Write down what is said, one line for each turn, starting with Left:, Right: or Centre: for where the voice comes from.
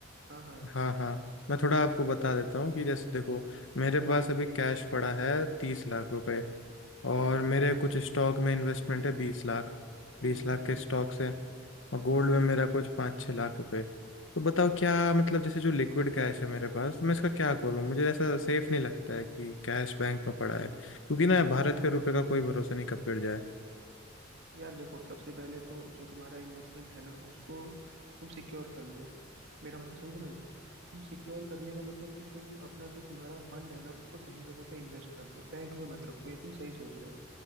Right: हाँ हाँ
Left: हाँ हाँ मैं थोड़ा आपको बता देता हूँ कि जैसे देखो मेरे पास अभी कैश पड़ा है तीस लाख रुपए और मेरे कुछ स्टॉक में इन्वेस्टमेंट है बीस लाख बीस
Right: हम्म हम्म,
Left: लाख के स्टॉक्स है और गोल्ड में मेरा कुछ पाँच छः लाख रुपए तो बताओ क्या मतलब जैसे जो लिक्विड कैश है मेरे पास तो मैं इसका क्या करूँ मुझे ऐसा सेफ नहीं लगता है कि कैश बैंक में पड़ा है क्योंकि ना भारत के रुपए का कोई भरोसा नहीं कब गिर जाए
Right: यार देखो सबसे पहले तो जो तुम्हारा इन्वेस्टमेंट है ना उसको तुम सिक्योर कर लो मेरा मतलब समझ रहे हो तुम सिक्योर करने का मतलब कि तुम अपना जो तुम्हारा फंड है ना उसको सही जगह पे इन्वेस्ट कर दो बैंक में मत रखो ये तुम सही सोच रहे हो